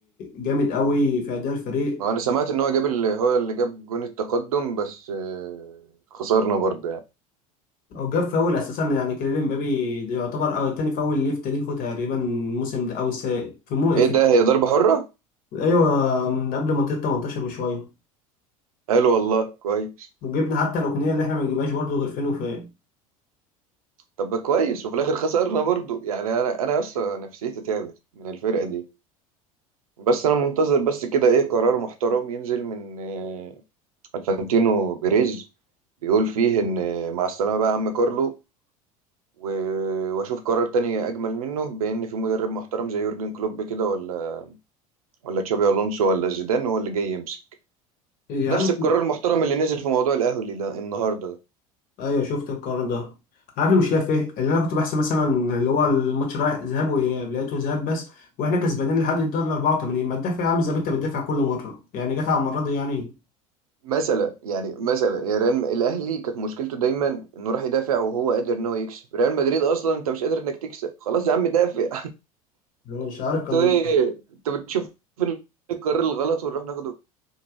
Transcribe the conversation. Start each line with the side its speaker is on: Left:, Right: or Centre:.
Left: جامد قوي في اداء الفريق
Right: ما انا سمعت ان هو جاب اللي هو اللي جاب جون التقدم بس آه، خسرنا برضه يعني
Left: وجاب فاول اساسا يعني كيليان امبابي ده يعتبر أو تاني فاول ليه في تاريخه تقريبا الموسم ده او س... في مو
Right: ايه
Left: في
Right: ده هي ضربه حره
Left: ايوه من قبل منطقه 18 بشويه
Right: حلو والله كويس
Left: وجبنا حتى الركنيه اللي احنا ما نجيبهاش برضه غير فين وفين
Right: طب كويس وفي الاخر خسرنا برضه يعني انا انا اصلا نفسيتي تعبت من الفرقه دي بس انا منتظر بس كده ايه قرار محترم ينزل من آه، الفانتينو بيريز بيقول فيه ان آه، مع السلامه بقى يا عم كارلو و- واشوف قرار تاني اجمل منه بان في مدرب محترم زي يورجن كلوب كده ولا ولا تشابي الونسو ولا زيدان هو اللي جاي يمسك
Left: يا
Right: نفس
Left: عم
Right: القرار المحترم اللي نزل في موضوع الاهلي ده النهارده ده
Left: ايوه شفت القرار ده عارف المشكله في ايه اللي انا كنت بحسب مثلا اللي هو الماتش رايح ذهاب واياب لقيته ذهاب بس واحنا كسبانين لحد الدقيقه 84 ما تدافع يا عم زي ما انت بتدافع كل مره يعني جت على المره دي يعني
Right: مثلا يعني مثلا يا ريال الاهلي كانت مشكلته دايما انه راح يدافع وهو قادر ان هو يكسب ريال مدريد اصلا انت مش قادر انك تكسب خلاص يا عم دافع
Left: أنا
Right: <laughs>
Left: مش عارف
Right: انتوا
Left: كان
Right: ايه انتوا بتشوفوا فين القرار الغلط ونروح ناخده